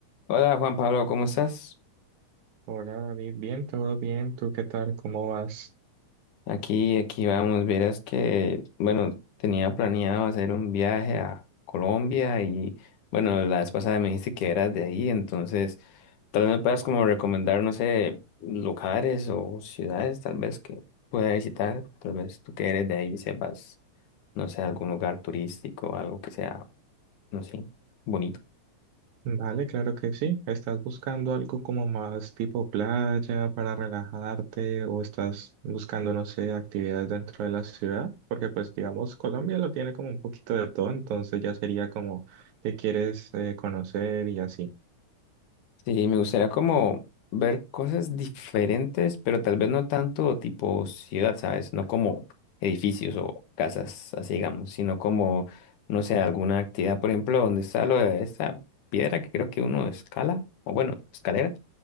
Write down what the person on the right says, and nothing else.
Hola David, bien, todo bien, ¿tú qué tal? ¿Cómo vas?
Vale, claro que sí. ¿Estás buscando algo como más tipo playa para relajarte o estás buscando, no sé, actividades dentro de la ciudad? Porque pues digamos, Colombia lo tiene como un poquito de todo, entonces ya sería como que quieres eh, conocer y así.